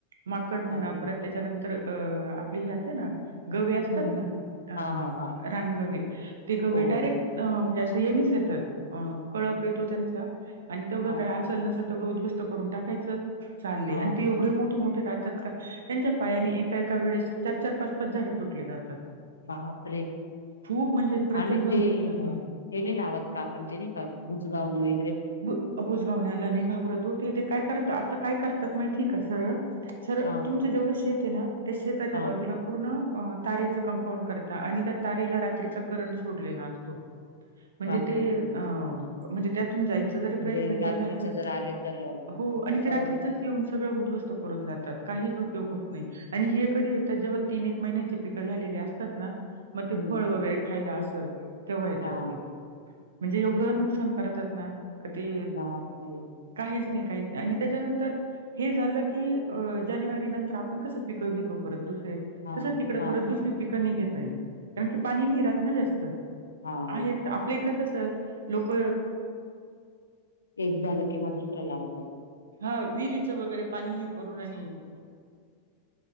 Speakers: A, on the right (about 65°); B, on the left (about 75°).
A: माकड म्हणा
B: अरे
A: परत त्याच्यानंतर अ आपली हे असते ना.. गवे असतात
B: हम्म
A: ना अ
B: हा हा हा
A: रानगवे ते गवे
B: हो
A: डायरेक्ट अ म्हणजे अस ह्यांनीच येतात कळप येतो त्यांचा आणि तेवढं
B: हा
A: काय असल न तेवढ उद्स्त करून टाकायच.. चाले
B: हा
A: आणि ते एवढे मोठे मोठे काढतात का? त्यांच्या पायानी एका एका वेळेस चार चार पाच पाच झाड तुटले जातात.
B: बापरे
A: हां. म्हणजे प्रचंड
B: आणि
A: नुकसान
B: ते अ,
A: ए.
B: हे नाही लावत का आपण? ते नाही का बुजगावणे.
A: बु बुजगावण्याला नाही घाबरत हो ते. ते काय करता. आता काय करतात माहिती का सं? स
B: हा
A: तुमचं जेवढं शेत आहे ना? त्या शेताच्या
B: हा
A: बाजूला- पूर्ण तारेचं कंपाऊंड करता. आणि त्या तारेला रात्रीचा करंट सोडलेला असतो. म्हणजे
B: बापरे
A: ते अ म्हणजे- जायचं जरी
B: म्हणजे
A: प्रयत्न
B: रात्रीच
A: केला ना?
B: जर आले तर अ,
A: हो. आणि
B: परवड
A: ते रात्रीच येऊन सगळं उधवस्त- करून जातात. काहीच उपयोग होत नाही. आणि हे कधी येतात? जेव्हा तीन एक महिन्याचे पिकं झालेले असतात ना? म ते
B: हम्म
A: फळ वगैरे खायला अस. तेव्हा येतात
B: हा
A: ते. म्हणजे एवढं नुकसान करतात- ना? का ते
B: बापरे
A: काहीच नाही काहीच नाही. आणि त्याच्यानंतर- हे झालं की, अ जानेवारी नंतर आपण कसं पिकं घेतो परत दुसरे.
B: हा
A: तसं तिकडं
B: हा
A: परत दुसरी पिकं नाही घेता येत. कारण की पाणी नाही राहत ना जास्त.
B: हा
A: आले का. आपल्या इकडे कसं? लोक-
B: एक झालं कि म दुसरं लावतात.
A: हां. विहिरीच वगैरे पाणी हे करून आणि-